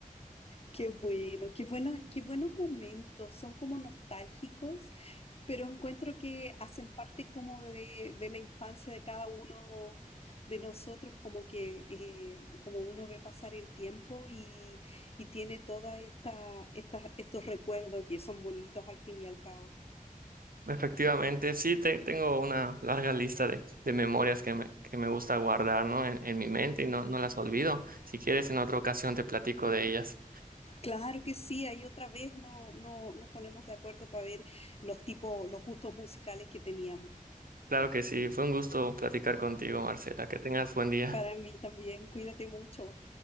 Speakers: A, on the left (about 45°); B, on the right (about 80°).
A: Qué bueno, qué bueno, qué buenos momentos, son como nostálgicos, pero encuentro que hacen parte como de, de la infancia de cada uno de nosotros, como que eh, como uno ve pasar el tiempo y, y tiene todas estas, estas, estos recuerdos y son bonitos al fin y al cabo.
B: Efectivamente, sí, te- tengo una larga lista de, de memorias que me, que me gusta guardar, ¿no? en, en mi mente y no, no las olvido. Si quieres, en otra ocasión te platico de ellas.
A: Claro que sí, ahí otra vez no, no, nos ponemos de acuerdo para ver los tipos, los gustos musicales que teníamos.
B: Claro que sí, fue un gusto platicar contigo, Marcela. Que tengas buen día.
A: Para mí también, cuídate mucho.